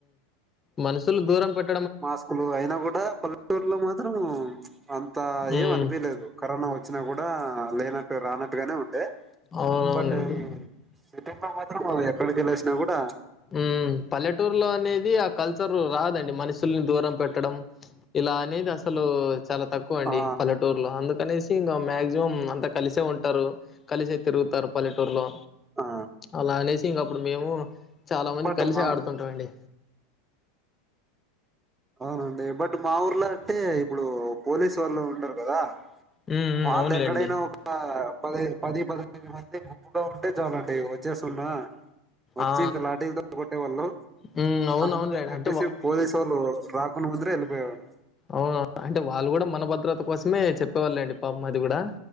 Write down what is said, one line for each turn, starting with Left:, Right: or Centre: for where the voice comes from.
Left: మనసులు దూరం పెట్
Right: మాస్కులు అయినా గూడా పల్లెటూరులో మాత్రం అంత ఏం
Left: ఉమ్
Right: అనిపియాలేదు కరోనా వచ్చినా కూడా లేనట్టు రానట్టుగానే ఉండే
Left: అవునవునండి
Right: బట్ ఈ సిటి లో మాత్రం ఎక్కడికి వెళ్ళసినా గూడా
Left: ఉ పల్లెటూరులో అనేది ఆ కల్చర్ రా దండి మనుషుల్ని దూరం పెట్టడం ఇలా అనేది అసలూ చాలా తక్కువ అండి
Right: ఆ
Left: పల్లెటూర్లో అందుకనేసి ఇంకా మ్యాక్సిమం అంతా కలిసే ఉంటారు కలిసే తిరుగుతారు పల్లెటూరులో
Right: ఆ
Left: అలా అనేసి ఇంగ అప్పుడు మేము చాలా మంది
Right: బట్
Left: కలిసె
Right: మా
Left: ఆడుతుంటా అండి
Right: అవునండి బట్ మా ఊర్లో అంటే ఇప్పుడు పోలీసు వాళ్ళు ఉండరు గదా
Left: హ్మ్. హ్మ్.
Right: వాళ్ళు
Left: అవునులెండి.
Right: ఎక్కడైనా ఒక పది పది పదఐదు మంది గుప్పుగా ఉంటే చాలండి వచ్చే సన్నా వచ్చి
Left: ఆ!
Right: ఇంక లాటీలతో కొట్టే వాళ్ళు
Left: హ్మ్. అవునవునులేండి.
Right: అందుకని చెప్పేసి
Left: అంటే వా
Right: పోలీసు వాళ్ళు రాకున్న ముదరే వెళ్ళిపోయేవాన్ని
Left: అవునా అంటే వాళ్ళు కూడా మన భద్రత కూ కోసమే చెప్పేవాళ్ళండి పాప మాది కూడా